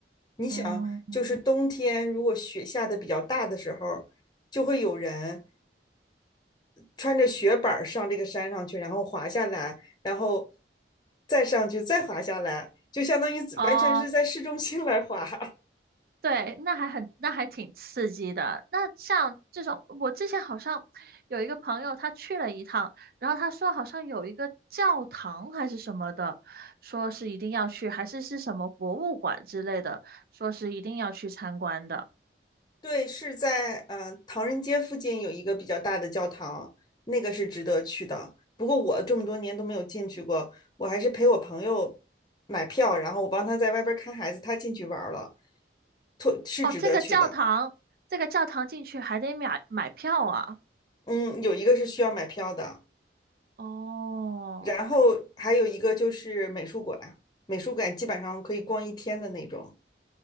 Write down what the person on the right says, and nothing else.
嗯，
哦。
对，那还很，那还挺刺激的。那像这种，我之前好像有一个朋友，他去了一趟，然后他说好像有一个教堂还是什么的，说是一定要去，还是是什么博物馆之类的，说是一定要去参观的。
哦，这个教堂，这个教堂进去还得买买票啊。
哦。